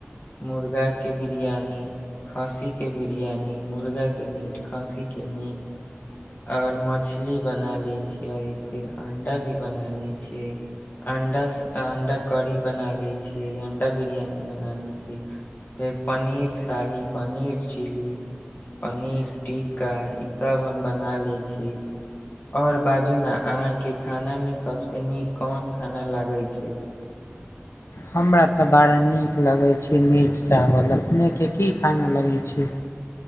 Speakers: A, on the left; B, on the left.
A: मुर्गाके बिरियानी खस्सीके बिरियानी मुर्गाके मीट खस्सीके मीट आओर मछली बना लैत छियै फेर अण्डा भी बना लैत छियै अंडा अंडा कढ़ी बना लै छीै अण्डा बिरयानी बना लै छी फेर पनीर शाही पनीर चिली पनीर टिका ई सब हम बना लै छी आओर बाजू ने अहाँके खानामे सबसँ नीक कोन खाना लागै छै
B: हमरा तऽ बड़ा नीक लगै छै मीट चावल अपनेके की खाना लगैत छै